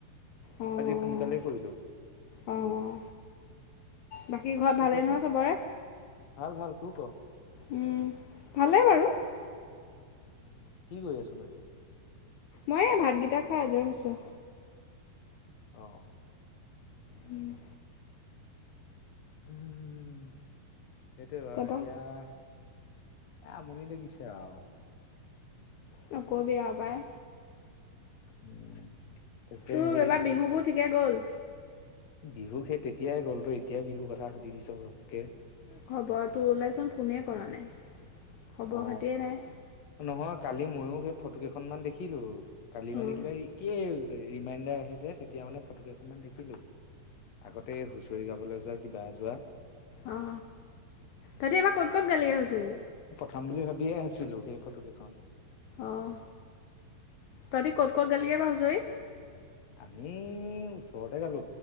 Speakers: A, on the left; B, on the left.
A: অঁ
B: আজি
A: অঁ
B: সোনকালেই কৰিলো,
A: অঁ বাকী ঘৰত ভালেই
B: তোৰকছোন?
A: নহয় চবৰে?
B: ভাল? তোৰ কহ?
A: উম', ভালেই বাৰু।
B: অহ, কি কৰি আছনো এতিয়া?
A: মই ভাতকেইটা খাই আজৰি হৈছো।
B: অহ
A: উম
B: উম সেইটোৱে বাৰু
A: তাৰপা
B: এতিয়া এ আমনি লাগিছে আৰু।
A: নকবি আ পায়।
B: উম তাকে
A: তোৰ
B: হেৰি
A: এইবাৰ বিহু বোৰ ঠিকে গ'ল?
B: বিহু সেই তেতিয়াই গ'ল, তই এতিয়াই বিহু কথা সুধি দিছ ঘপকে।
A: খবৰটো ওলাইচোন ফোনে কৰা নাই। খবৰ
B: অ
A: খাতিয়ে নাই।
B: নহয় কালি মইয়ো সেই ফটো কেইখন মান দেখি। খিলো কালি মানে
A: অঁ
B: কিবা <unintelligible> ৰিমাইণ্ডাৰ আহে যে তেতিয়া মানে ফটো কেইখনমান দেখিলো। আগতে হুঁচৰি গাবলৈ যোৱা কি বা যোৱা।
A: অ ততি এইবাৰ ক'ত-ক'ত গালিগে হুঁচৰি?
B: খাম বুলি ভাবিয়ে আছিলো সেই ফটো কেইখন।
A: অঁ তহঁতি ক'ত-ক'ত গালিগৈ বাৰ হুঁচৰি?
B: আমি ওচৰতে গালো,